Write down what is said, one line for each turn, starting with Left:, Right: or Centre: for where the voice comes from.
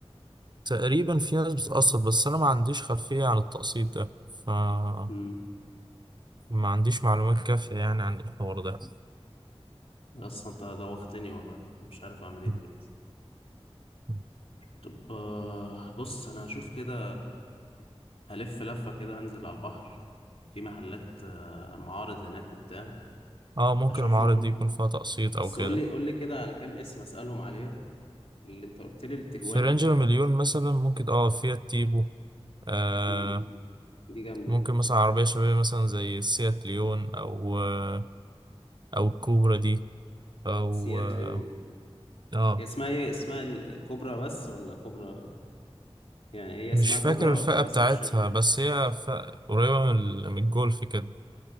Right: تقريبا في ناس بتقسط بس أنا ما عنديش خلفية عن التقسيط ده فما
Left: امم
Right: عنديش معلومات كافية يعني عن الحوار ده
Left: اصلا انت دوختني والله أنا مش عارف اعمل ايه
Right: <laughs>
Left: دلوقتي
Right: مم.
Left: طب آه، بص انا هشوف كده هلف لفة كده هنزل على البحر في محلات آه، معارض هناك وبتاع
Right: اه ممكن
Left: هشوفهم
Right: المعارض دي يكون فيها تقسيط أو
Left: بس
Right: كده
Left: قولي قولي كده على كام اسم اسألهم عليها اللي انت قلت لي التجوان
Right: في رينج المليون مثلا ممكن اه فيها تيبو آه،
Left: تيبو دي جامدة
Right: ممكن
Left: دي
Right: مثلا عربية شبابية مثلا زي السيات ليون أو آه، أو الكوبرا دي أو
Left: سيات
Right: آه
Left: ليون
Right: آه،
Left: هي اسمها ايه اسمها ال- كوبرا بس ولا كوبرا يعني هي اسمها
Right: مش فاكر
Left: كوبرا
Right: الفئة
Left: ولا
Right: بتاعتها
Left: اسم الشركة
Right: بس هي فئة قريبة من ال- من الجولف كده